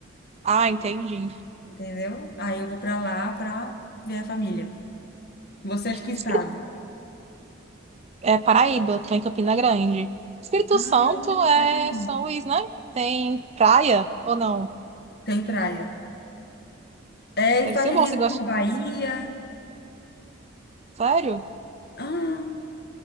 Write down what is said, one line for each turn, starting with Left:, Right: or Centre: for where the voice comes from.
Right: Ah, entendi.
Left: entendeu? Aí eu vou para lá para ver a família. Você é de que estado?
Right: Espí- É Paraíba, tô em Campina Grande. Espírito
Left: Ai,
Right: Santo
Left: que legal.
Right: é São Luís, né? Tem praia ou não?
Left: Tem praia. É,
Right: Deve
Left: e faz
Right: ser
Left: divisa
Right: bom, você gosta.
Left: com a Bahia.
Right: Sério?
Left: Ah,